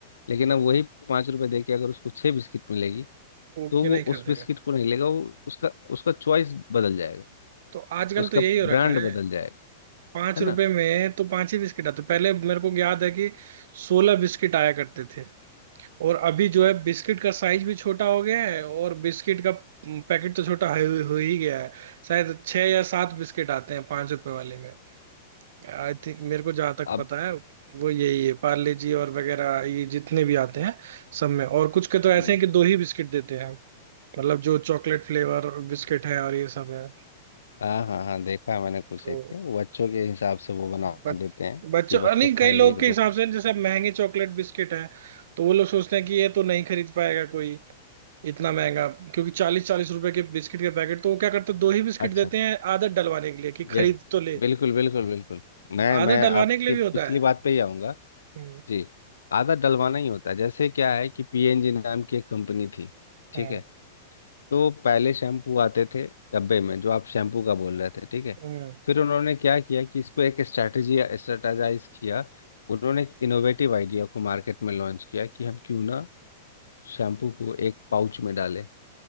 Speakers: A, on the left (about 85°); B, on the right (about 70°).
A: लेकिन अब वही पाँच रुपए दे के अगर उसको छह बिस्किट मिलेगी
B: तो
A: तो
B: क्यों
A: वो
B: नहीं खरीदेगा
A: उस बिस्किट को नहीं लेगा वो उसका उसका चॉइस बदल जाएगा
B: तो आजकल
A: उसका
B: तो यही हो
A: ब्रांड
B: रखा है
A: बदल जाएगा
B: पांच
A: है
B: रुपए
A: ना
B: में तो पांच ही बिस्किट आते पहले मेरे को याद है कि सोलह बिस्किट आया करते थे और अभी जो है बिस्किट का साइज भी छोटा हो गया है और बिस्किट का पैकेट तो छोटा हो हो ही गया है शायद छह या सात बिस्किट आते हैं पांच रुपए वाले में आई थिंक मेरे को जहां तक
A: अब
B: पता है वो यही है पार्ले जी और वगैरह ये जितने भी आते हैं सब में और कुछ के तो
A: जी
B: ऐसे हैं कि दो ही बिस्किट देते हैं मतलब जो चॉकलेट फ्लेवर बिस्किट है और ये सब है
A: हाँ हाँ हाँ देखा है मैंने कुछ
B: तो
A: एक के वो बच्चों के हिसाब से वो बना
B: बच,
A: देते हैं
B: बच्चों
A: कि बच्चे
B: नहीं कई
A: खाएंगे
B: लोग
A: एक
B: के
A: दो
B: हिसाब
A: खा-
B: से जैसे महंगे चॉकलेट बिस्किट है तो वो लोग सोचते हैं कि ये तो नहीं खरीद पाएगा कोई इतना महंगा क्योंकि चालीस चालीस रुपए के बिस्किट के पैकेट तो वो क्या करते हैं दो ही बिस्किट
A: अच्छा
B: देते हैं आदत डलवाने के लिए कि
A: यही
B: खरीद तो ले
A: बिल्कुल बिल्कुल बिल्कुल मैं मैं
B: आदत डलवाने
A: आपके
B: के लिए भी
A: पिछली
B: होता है
A: बात पे ही आऊंगा
B: हम्म
A: जी आधा डलवाना ही होता है जैसे क्या है कि पीएनजी नाम की एक कंपनी थी ठीक
B: हम्म
A: है तो पहले शैम्पू आते थे डब्बे में जो आप शैम्पू का बोल रहे थे ठीक है
B: हम्म।
A: फिर उन्होंने क्या किया कि इसको एक स्ट्रैटेजी स्ट्रेटाजाइज किया उन्होंने एक इनोवेटिव आइडिया को मार्केट में लॉन्च किया कि हम क्यों ना शैम्पू को एक पाउच में डालें